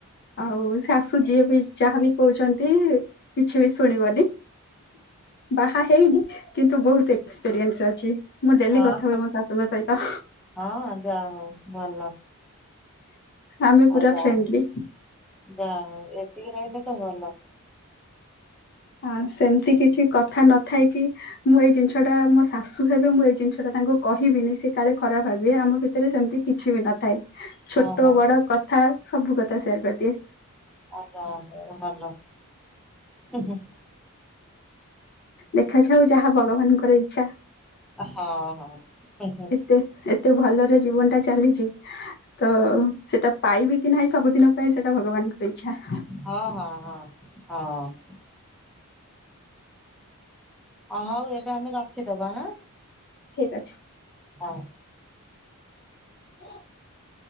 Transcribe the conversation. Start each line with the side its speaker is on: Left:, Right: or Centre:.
Centre: <unintelligible>
Left: ଆଉ ଶାଶୁ ଯିଏ ବି ଯାହାବ କହୁଛନ୍ତି କିଛି ବି ଶୁଣିବନି। ବାହା ହେଇନି କିନ୍ତୁ ବହୁତୁ ଏକ୍ସପିରିଏସ ଅଛି ମୁଁ ଡେଲି
Centre: ହଁ।
Left: କଥା ହୁଏ ମୋ ଶାଶୁଙ୍କ ସହିତ।
Centre: ହଁ ଯା ହଉ ଭଲ।
Left: ଆମେ
Centre: ହଉ
Left: ପୁରା
Centre: ଯା
Left: ଫ୍ରେଣ୍ଡଲି
Centre: ହଉ ଯା ହଉ ଏତିକି ରହିଲେ ତ ଭଲ।
Left: ହଁ ସେମିତି କିଛି କଥା ନଥାଇ କିି ମୁଁ ଏଇ ଜିନିଷ ଟା ମୋ ଶାଶୁ ହେବେ ମୁଁ ଏଇ ଜିନିଷ ଟା ତାଙ୍କୁ କହିବିନି ସେ କାଳେ ଖରାପ ଭାବିବେ ଆମ ଭିତରେ ସେମିତି କିଛି ବି ନଥାଏ ଛୋଟ
Centre: ହଁ ହଁ
Left: ବଡ କଥା ସବୁ କଥା ସେୟାର କରିଦିଏ।
Centre: ଆଯା ହଉ ଭଲ ହୁଁ ହୁଁ।
Left: ଦେଖାଯାଉ ଯାହା ଭଗବାନଙ୍କର ଇଚ୍ଛା।
Centre: ହଁ ହଁ ହୁଁ ହୁଁ।
Left: ତେ ଏତେ ଭଲରେ ଜୀବନ ଟା ଚାଲିଛି। ତ ସେଟା ପାଇବି କି ନାହିଁ ସବୁଦିନ ପାଇଁ ସେଟା ଭଗବାନଙ୍କର ଇଛା।
Centre: ହଁ ହଁ ହଁ ହଁ। ଅ ହଉ ଏବେ ଆମେ ରଖିଦବା ହଁ।
Left: ଠିକ ଅଛି।
Centre: ହଁ।
Left: <inaudible>